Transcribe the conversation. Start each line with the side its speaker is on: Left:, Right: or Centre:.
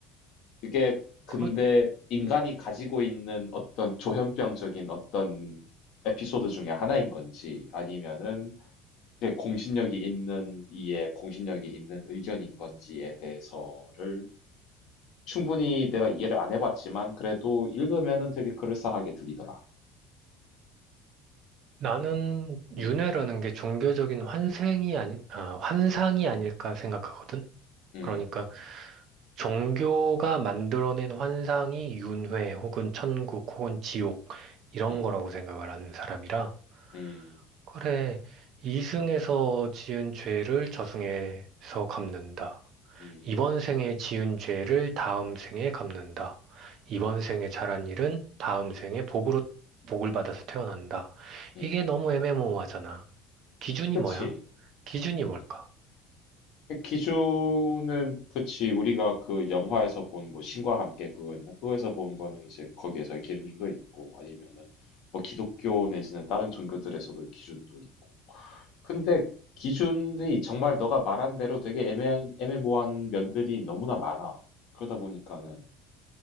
Left: 그게 근데
Right: 그렇,
Left: 인간이 가지고 있는 어떤 조현병적인 어떤 에피소드 중에 하나인 건지 아니면은 이제 공신력이 있는 이의 공신력이 있는 의견인 건지에 대해서를 충분히 내가 이해를 안 해 봤지만 그래도 읽으면은 되게 그럴싸하게 들리더라.
Right: 나는
Left: 음.
Right: 윤회라는 게 종교적인 환생이 아니, 아, 환상이 아닐까 생각하거든?
Left: 음.
Right: 그러니까 종교가 만들어낸 환상이 윤회 혹은 천국 혹은 지옥 이런
Left: 음.
Right: 거라고 생각을 하는 사람이라
Left: 음.
Right: 그래 이승에서 지은 죄를 저승에서 갚는다.
Left: 음.
Right: 이번 생에 지은 죄를 다음 생에 갚는다. 이번 생에 잘한 일은 다음 생에 복으로 복을 받아서 태어난다.
Left: 음.
Right: 이게 너무 애매모호하잖아. 기준이
Left: 그치.
Right: 뭐야? 기준이
Left: 음.
Right: 뭘까?
Left: 그 기준은 그치. 우리가 그 영화에서 본 뭐 신과 함께 그거였나? 그거에서 본 거는 이제 거기에서의 기준도 있고 아니면은 뭐 기독교 내지는 다른 종교들에서도 기준도 있고. 근데 기준이 정말 너가 말한 대로 되게 애매 애매모호한 면들이 너무나 많아. 그러다 보니까는